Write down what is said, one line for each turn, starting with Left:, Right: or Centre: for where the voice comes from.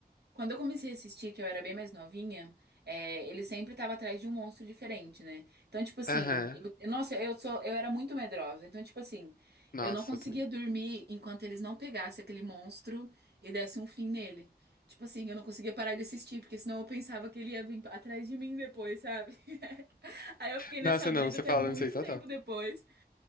Right: Quando eu comecei a assistir, que eu era bem mais novinha, é, ele sempre tava atrás de um monstro diferente, né? Então, tipo assim,
Left: Aham.
Right: eu- eu- nossa, eu sou, eu era muito medrosa. Então, tipo assim,
Left: Nossa,
Right: eu não conseguia
Left: eu também.
Right: dormir enquanto eles não pegassem aquele monstro e dessem um fim nele. Tipo assim, eu não conseguia parar de assistir, porque senão eu pensava que ele ia vir atrás de mim depois, sabe? <laughs> Aí eu fiquei nessa
Left: Nossa,
Right: brisa
Left: não, você
Right: até
Left: falando
Right: muito
Left: isso aí, total.
Right: tempo depois.